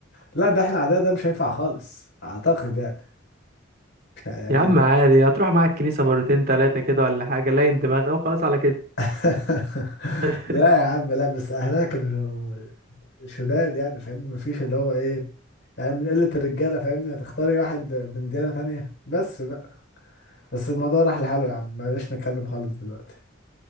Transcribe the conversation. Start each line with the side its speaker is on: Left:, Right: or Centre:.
Left: لا ده احنا عندنا ده مش هينفع خالص اعتقد يعني يعني
Right: يا عم عادي هتروح معاك الكنيسه مرتين تلاتة كده ولا حاجه لين دماغها وخلاص على كده
Left: <laughs>
Right: <laughs>
Left: لا يا عم لا بس اهلها كانوا شداد يعني فاهمني ما فيش اللي هو ايه يعني من قله الرجاله فاهمني هتختاري واحد من ديانه تانية بس بقى بس الموضوع راح لحاله يا عم بلاش نتكلم خالص دلوقتي